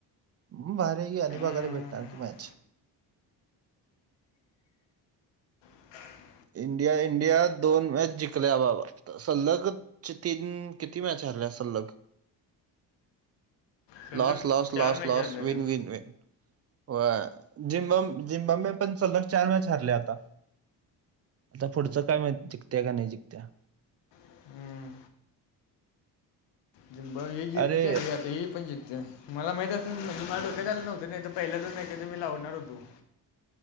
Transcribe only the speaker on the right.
हा भारी हाय की, आणि
बघायला भेटणार मॅच.
इंडिया, इंडिया दोन मॅच जिंकल्या बाबा. सल्लग्, चे तीन किती मॅच हरल्या सल्लग?
लास् लास्
लास्
लास्
विन विन वन. होय, जिम बॉम्बे जिम बॉम्बे पण सलग आता चार मॅच हरल्या आता. आता पुढचं काय माहित, जिकत्या का नाही जिकत्या.
अरे